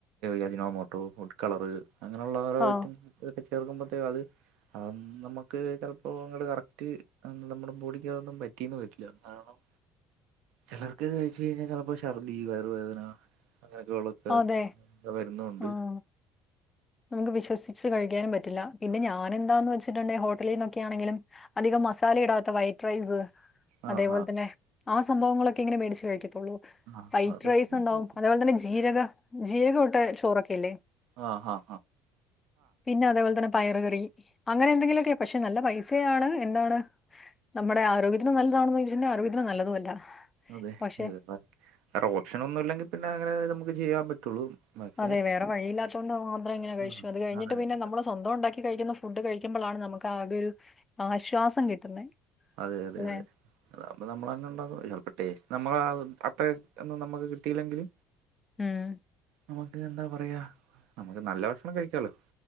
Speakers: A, on the right; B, on the left.
A: യജിനമോട്ടോ ഫുഡ് കളറ് അങ്ങനുള്ള ഓരോ
B: ആഹ്
A: ഐറ്റം ഇതൊക്കെ ചേർക്കുമ്പത്തേക്കും അത് അ നമുക്ക് ചെലപ്പോ അങ്ങട്ട് കറക്റ്റ് എം നമ്മുടെ ബോഡിക്കതൊന്നും പറ്റിന്ന് വരില്ല കാരണം ചെലർക്ക് കഴിച്ച് കഴിഞ്ഞാ ചെലപ്പോ ശർദി വയറുവേദന അങ്ങനെയൊക്കെ ള്ള ഹ്
B: അതെ
A: വരുന്നുണ്ട്
B: ആഹ് നമുക്ക് വിശ്വസിച്ച് കഴിക്കാനും പറ്റില്ല പിന്നെ ഞാൻ എന്താന്ന് വെച്ചിട്ടുണ്ടെ ഹോട്ടലിന്നൊക്കെയാണെങ്കിലും അധികം മസാല ഇടാത്ത വൈറ്റ് റൈസ്
A: ആ
B: അതേപോലെ
A: ഹാ
B: തന്നെ ആ സംഭവങ്ങളൊക്കെ ഇങ്ങനെ മേടിച്ച് കഴിക്കത്തുള്ളൂ
A: ആ
B: വൈറ്റ്
A: അതൊക്കെ
B: റൈസ് ണ്ടാവും അതേപോൽ തന്നെ ജീരക ജീരക ഇട്ട ചോറൊക്കെ ഇല്ലേ
A: ആഹ്
B: പിന്നെ അതേപോൽ തന്നെ പയറ് കറി അങ്ങനെ ന്തെങ്കിലൊക്കെ പക്ഷെ നല്ല പൈസയാണ് എന്താണ് നമ്മുടെ ആരോഗ്യത്തിന് നല്ലതാണോന്നോയ്ച്ച് കൈഞ്ഞ ആരോഗ്യത്തിന് നല്ലതു അല്ല
A: അതെ
B: പക്ഷെ
A: <unintelligible> വേറെ ഓപ്ഷനൊന്നുംല്ലെങ്കിൽ പിന്നെ അങ്ങനെ നമുക്ക് ചെയ്യാൻ പറ്റുള്ളൂ പക്ഷെ
B: അതെ വേറെവഴിയില്ലാത്തോണ്ട് മാത്രം ങ്ങനെ കഴിച്ചു
A: ഉം
B: അത് കഴിഞ്ഞിട്ട്
A: അതെ
B: പിന്നെ
A: അതെ അതെ
B: നമ്മളെ സ്വന്തം ഉണ്ടാക്കി കഴിക്കുന്ന ഫുഡ് കഴിക്കുമ്പളാണ് നമുക്ക് ആകെ ഒരു ആശ്വാസം കിട്ടുന്നെ
A: അതെ അതെ
B: അല്ലെ?
A: അതെ അപ്പ നമ്മളെന്നെണ്ടാക്ക ചെൽപ ടേസ്റ്റ് നമ്മള അത്ര ഒന്നും നമുക്ക് കിട്ടിയില്ലെങ്കില്
B: ഉം
A: നമ്മക്ക് എന്താ പറയാ നമ്മക്ക് നല്ല ഭക്ഷണം കഴിക്കാലോ